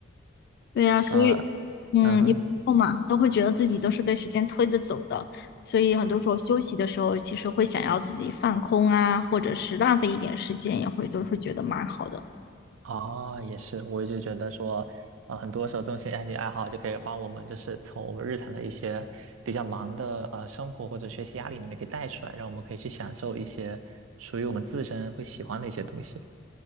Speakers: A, on the left; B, on the right.
A: 对呀、所以
B: 呃
A: 嗯，
B: 嗯哼。
A: 一后嘛都会觉得自己都是被时间推着走的，所以很多时候休息的时候，其实会想要自己放空啊，或者是浪费一点时间，也会就会觉得蛮好的。
B: 哦，也是，我一直觉得说，呃，很多时候这种兴兴趣爱好就可以帮我们，就是从我们日常的一些比较忙的呃生活或者学习压力里面给带出来，让我们可以去享受一些属于我们自身会喜欢的一些东西。